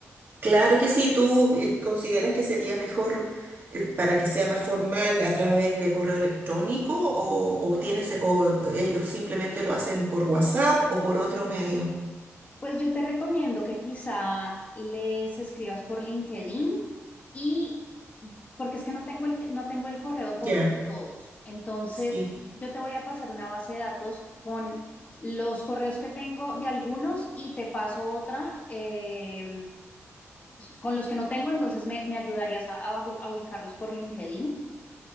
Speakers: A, on the right; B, on the left.
A: Claro que sí, tú eh, consideras que sería mejor eh, para que sea más formal a través de correo electrónico o, o tienes o ellos simplemente lo hacen por WhatsApp o por otro medio.
B: Pues yo te recomiendo que quizá les escribas por LinkedIn y porque es que no tengo el, te- no tengo el correo
A: Ya,
B: por todos. Entonces,
A: sí,
B: yo te voy a pasar una base de datos con los correos que tengo de algunos y te paso otra eh, con los que no tengo, entonces me, me ayudarías a, a ubicarlos por LinkedIn.